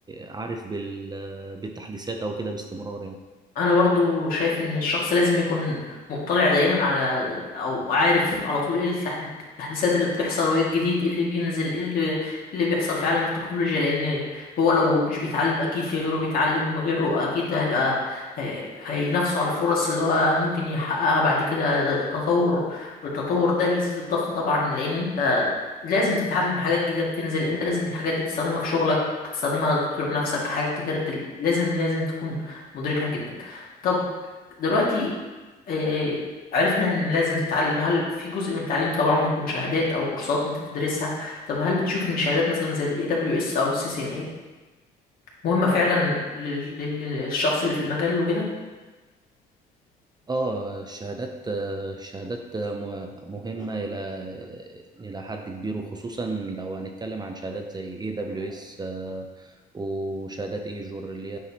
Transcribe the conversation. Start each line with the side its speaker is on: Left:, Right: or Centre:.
Right: عارف بال آه، بالتحديثات او كده باستمرار يعني
Left: انا برضو شايف ان الشخص لازم يكون مطلع دايما على او عارف على طول ايه التح- التحديثات اللي بتحصل وايه الجديد ايه اللي بينزل ايه اللي, إيه اللي بيحصل في عالم التكنولوجيا لان هو لو مش بيتعلم اكيد في غيره بيتعلم غيره اكيد هيبقى هي- هينافسه على الفرص اللي هو ممكن يحققها بعد كده التطور والتطور ده بيزيد الضغط طبعا لان انت لازم تتعلم حاجات جديدة بتنزل انت لازم الحاجات دي تستخدمها في شغلك تستخدمها لتطوير نفسك حاجات كتير دل... لازم لازم تكون مدركها جدا طب دلوقتي آه، عرفنا ان لازم تتعلم هل في جزء من التعليم طبعا بيكون شهادات او كورسات انت تدرسها طب هل بتشوف ان الشهادات مثلا زي الاي دبليو اس او السي سي ان اي مهمة فعلا لل- لل- للشخص اللي في المجال وكده
Right: اه الشهادات الشهادات م- مهمة إلى إلى حد كبير وخصوصا لو هنتكلم عن شهادات زي AWS آه، وشهادات ايجور اللي